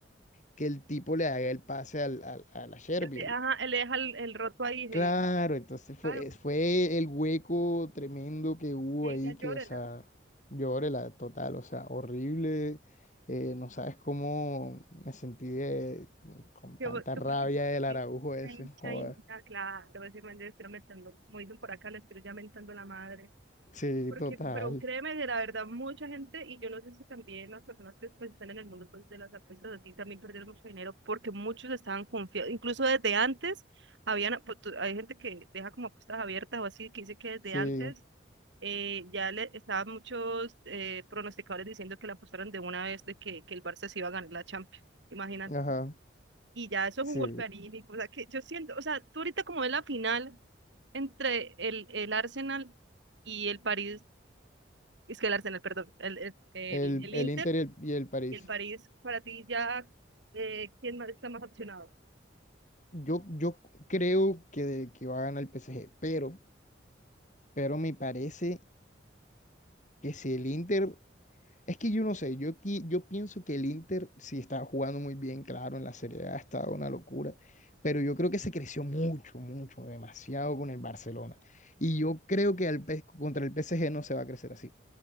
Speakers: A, on the left; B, on the right.
A: que el tipo le haga el pase al, al, a la Sherby,
B: él, de- ajá, él le deja el, el roto ahí, de,
A: Claro, entonces fue,
B: claro,
A: fue el hueco tremendo que hubo
B: que
A: ahí,
B: ella llórela,
A: que, o sea, lloré la total, o sea, horrible. eh, no sabes cómo me sentí de- con tanta
B: yo, tú
A: rabia
B: porque,
A: del Araujo ese,
B: chain,
A: joder.
B: chain, ah, claro, ese man debe estar metiendo, como dicen por acá, le estoy ya mentando la madre,
A: Sí,
B: Porque,
A: total.
B: pero créeme que la verdad, mucha gente, y yo no sé si también las personas que pues, están en el mundo pues, de las apuestas así también perdieron mucho dinero porque muchos estaban confiados, incluso desde antes, habían, pues, tú- hay gente que deja como apuestas abiertas o así, que dice que desde
A: Sí,
B: antes eh, ya le estaban muchos eh, pronosticadores diciendo que la apostaron de una vez de que, que el Barça se iba a ganar la Champions, imagínate.
A: ajá,
B: Y ya eso es
A: sí.
B: un golpe anímico, o sea, que yo siento, o sea, tú ahorita como es la final entre el, el Arsenal y el París es que el Arsenal, perdón, el, el, el,
A: El,
B: el
A: el
B: Inter
A: Inter y el, y el París.
B: el París, para ti ya, eh, ¿quién más está más opcionado?
A: Yo, yo creo que, que va a ganar el PSG, pero, pero me parece que si el Inter Es que yo no sé, yo, qui- yo pienso que el Inter sí estaba jugando muy bien, claro, en la Serie A estaba una locura, pero yo creo que se creció mucho, mucho, demasiado con el Barcelona. Y yo creo que al P- contra el PSG no se va a crecer así.